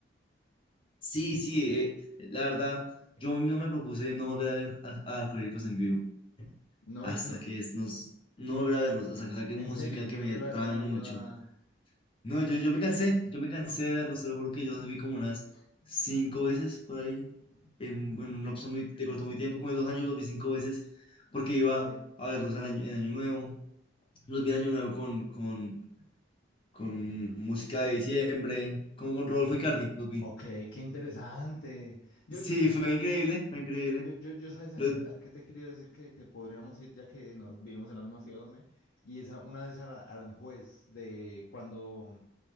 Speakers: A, on the left (about 30°); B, on the left (about 85°).
A: Sí, sí, eh, la verdad, yo no me propuse no volver a ver a, a Alcohólicos en vivo
B: No,
A: hasta
B: i- no,
A: que es- nos... No volver a verlos, hasta que saquen
B: en
A: música
B: serio, yo,
A: que me
B: yo la
A: trame
B: verdad no
A: mucho.
B: iba.
A: No, yo, yo me cansé, yo me cansé de verlos, te lo juro que yo los vi como unas cinco veces por ahí, en, en un lapso muy, te cortó muy tiempo, como de dos años los vi cinco veces, porque iba
B: Sí.
A: a verlos en año, en Año Nuevo, los vi en Año Nuevo con, con, con
B: En año nuevo.
A: música de diciembre, como con Rodolfo Icardi, los vi.
B: Ok, qué interesante. Yo,
A: Sí,
B: yo, yo,
A: fue increíble, fue increíble.
B: yo, yo, yo, sabes a
A: Los,
B: qué, a qué te quería decir que, que podríamos ir ya que nos vivimos en la misma ciudad, hombre. Y esa, una de esas Aranjuez, de cuando